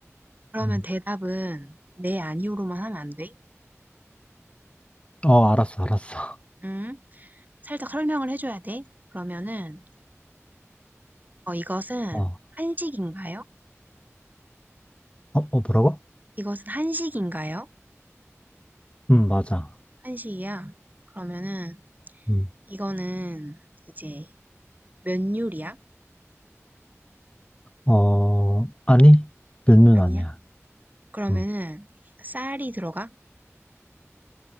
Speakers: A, on the right; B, on the left.
A: 그러면
B: 음.
A: 대답은 네, 아니오로만 하면 안 돼?
B: 어, 알았어, 알았어.
A: 응? 살짝 설명을 해줘야 돼. 그러면은, 어, 이것은
B: 어, 어,
A: 한식인가요?
B: 어, 뭐라고?
A: 이것은 한식인가요?
B: 음, 맞아.
A: 한식이야. 그러면은,
B: 음,
A: 이거는 이제 면 요리야?
B: 어, 아니, 면은
A: 아니야?
B: 아니야.
A: 그러면은
B: 음,
A: 쌀이 들어가?